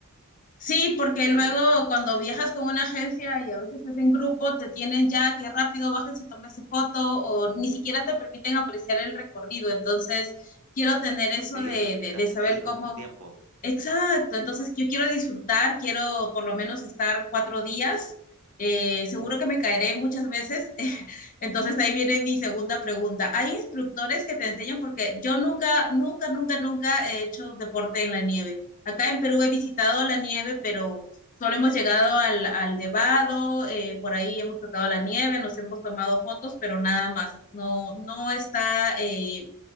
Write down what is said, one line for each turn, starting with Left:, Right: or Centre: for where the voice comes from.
Left: Sí, porque luego
Right: Sí,
Left: cuando viajas con una agencia y a veces estás en grupo, te tienen ya que rápido bájense, tómese foto o ni siquiera te permiten apreciar el recorrido. Entonces, quiero tener eso
Right: sí,
Left: de, de,
Right: estás
Left: de saber
Right: ahí con
Left: cómo,
Right: tus tiempos.
Left: Exacto, entonces yo quiero disfrutar, quiero por lo menos estar cuatro días. eh, seguro que me caeré muchas veces. <laughs> Entonces ahí viene mi segunda pregunta. ¿Hay instructores que te enseñan? Porque yo nunca, nunca, nunca, nunca he hecho deporte en la nieve. Acá en Perú he visitado la nieve, pero solo hemos llegado al, al Nevado, eh, por ahí hemos tocado la nieve, nos hemos tomado fotos, pero nada más. No, no está... eh,